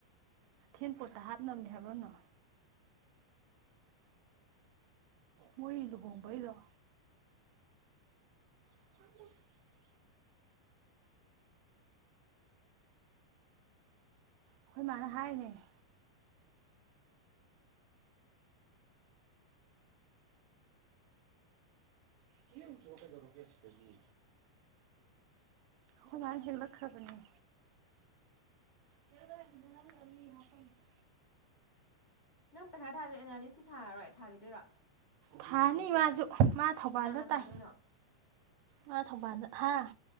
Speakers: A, on the right (about 85°); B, on the left (about 25°).
A: ꯊꯦꯟ ꯄꯣꯠꯇ ꯍꯥꯞꯅꯕꯅꯦ ꯍꯥꯏꯕꯔ ꯀꯩꯅꯣ <inaudible> ꯃꯣꯏ ꯂꯨꯍꫭꯡꯕꯩꯗꫭ <inaudible> ꯑꯩꯈꯣꯏ ꯃꯥꯅ ꯍꯥꯏꯔꯤꯅꯦ ꯍꯦꯛ ꯎꯆꫭ ꯀꯩꯗꯧꯔꯥꯒꯦ ꯁꯤꯗꯒꯤ ꯑꯩꯈꫭꯏ ꯃꯥꯅ ꯍꯦꯜꯂꯛꯈ꯭ꯔꯕꯅꯦ <unintelligible> ꯃꯤ ꯍꯥꯞꯐꯥꯝ <unintelligible>
B: ꯅꯪ ꯄꯩꯈꯥ ꯊꯥꯗꯣꯏ ꯑꯦꯅꯥꯂꯤꯁꯇꯤ ꯊꯥꯔꯣꯏ ꯊꯥꯈꯤꯗꯣꯏꯔꯣ
A: ꯊꯥꯅꯤ ꯃꯥꯁꯨ ꯃꯥ ꯊꯧꯕꯥꯜꯗ
B: ꯀꯅꯥꯅ
A: ꯇꯥꯏ
B: ꯊꯥꯗꯣꯏꯅꯣ
A: ꯃꯥ ꯊꯧꯕꯥꯜꯗ ꯍꯥ